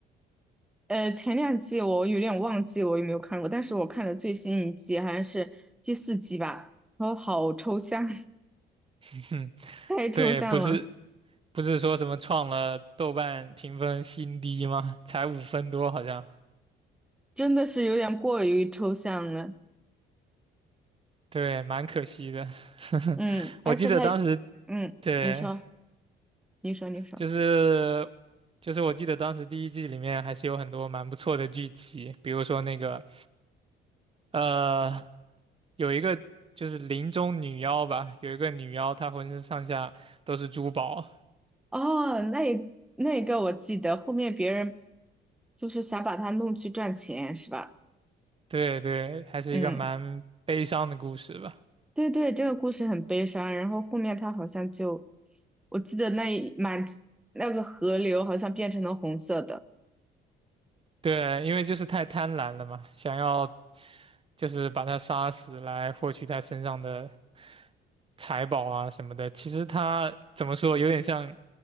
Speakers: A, in the centre; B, on the right (about 30°).
A: 呃，前两季我有点忘记我有没有看过，但是我看了最新一季，好像是第四季吧，然后好抽象，
B: <laughs> 哼，
A: <laughs> 太抽象了，
B: 对，不是不是说什么创了豆瓣评分新低吗？才五分多好像，
A: 真的是有点过于抽象了。
B: 对，蛮可惜的。<laughs>
A: 嗯，而且他，
B: 我记得当时，
A: 嗯，
B: 对，
A: 你说，你说，你说，
B: 就是就是我记得当时第一季里面还是有很多蛮不错的剧集，比如说那个呃有一个就是林中女妖吧，有一个女妖她浑身上下都是珠宝，
A: 哦，那一那一个我记得，后面别人就是想把他弄去赚钱，是吧？
B: 对对，还是一个蛮悲伤的故事吧。
A: 嗯，对对，这个故事很悲伤。然后后面他好像就，我记得那一满那个河流好像变成了红色的。
B: 对，因为就是太贪婪了嘛，想要就是把她杀死来获取她身上的财宝啊什么的，其实它怎么说，有点像